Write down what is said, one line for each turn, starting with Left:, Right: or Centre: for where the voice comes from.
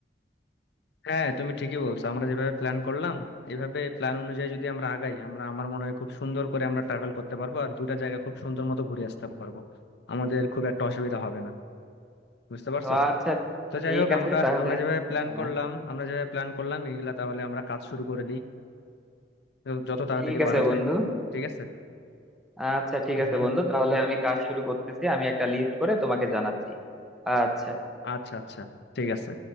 Left: হ্যাঁ তুমি ঠিকই বলছো আমরা যেভাবে প্ল্যান করলাম এভাবে প্ল্যান অনুযায়ী যদি আমরা আগাই আমরা আমার মনে হয় খুব সুন্দর করে আমরা ট্রাভেল করতে পারবো আর দুটা জায়গা খুব সুন্দর মতো ঘুরে আসতে পারবো আমাদের খুব একটা অসুবিধা হবে না বুঝতে পারছো
Centre: তো আচ্ছা
Left: তো
Centre: ঠিক
Left: যাই হোক
Centre: আছে
Left: আমরা
Centre: তাহলে
Left: আমরা যেভাবে প্ল্যান
Centre: হ্যাঁ
Left: করলাম আমরা যেভাবে প্ল্যান করলাম এইগুলা তাহলে আমরা কাজ শুরু করে দিই যত যত তাড়াতাড়ি
Centre: ঠিক আছে
Left: পারা
Centre: বন্ধু
Left: যায় ঠিক আছে
Centre: আচ্ছা ঠিক
Left: <laughs>
Centre: আছে বন্ধু তাহলে আমি কাজ শুরু করতেছি আমি একটা লিস্ট করে তোমাকে জানাচ্ছি আচ্ছা
Left: আচ্ছা আচ্ছা ঠিক আছে